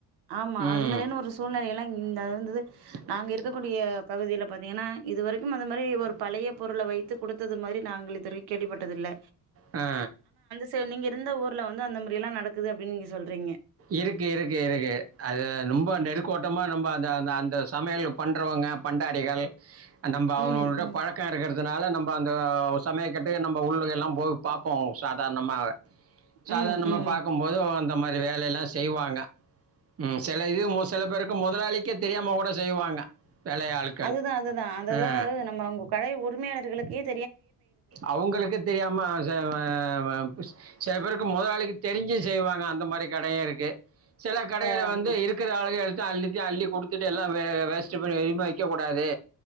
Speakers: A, on the right (about 80°); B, on the right (about 35°).
A: ஆமா
B: ம்
A: அது மாதிரியான ஒரு சூழ்நிலை
B: ஆ அதேயோட
A: எல்லா இந்த
B: எனக்கு
A: இந்தது
B: சூழ்நிலைக்கு
A: நாங்க இருக்க கூடிய பகுதியில பாத்திங்கன்னா இதுவரைக்கு அந்த மாதிரி ஒரு பழைய
B: அதிகமாக
A: பொருள
B: வருகிறது.
A: வைத்து குடுத்தது மாரி நாங்கள் இதுவரை கேள்விப்பட்டதில்ல
B: ஆ
A: சோ நீங்க இருந்த ஊரல வந்து அந்த மாரிலா நடக்குது அப்டின் நீங்க சொல்கிறீங்க
B: இருக்கு இருக்கு இருக்கு அது ரொம்ப நெருக் கோட்டமா நம்ம அ அந்த சமையல் பண்றவங்க பண்டாரிகள் நம்ம அவங்களோட
A: ம் ம்
B: பழக்கோ இருக்கிறதுனால நம்ம அந்த சமயக்கட்டு நம்ம உள்ள எல்லா போய் பார்ப்போ சாதாரணமாவே சாதாரணமா
A: ம் ம்
B: பார்க்கும்போது அந்த மது வேலல் செய்வாங்க ம் சில இது சில பேருக்கு முதலாளிக்கே தெரியாம கூட செய்வாங்க, வேலை ஆட்கள்.
A: அதுதா அதுதா அதுது
B: ஆ.
A: நம்ம அவங்க கட உரிமை ளுக்கு ஏ
B: அவங்களுக்கு தெரியாம <unintelligible> சில பேருக்கு முதாளிக்கு தெரிஞ்சு செய்வாங்க அந்த மாதிரி கடையு இருக்கு சில கடைகள
A: ஆமா
B: வந்து இருக்கிற அளகள் அள்ளித்த அள்ளி கொடுத்துட்டு எல்லா வே வேஸ்ட் பண்ணி வரிமா வச்சா க்க கூடாது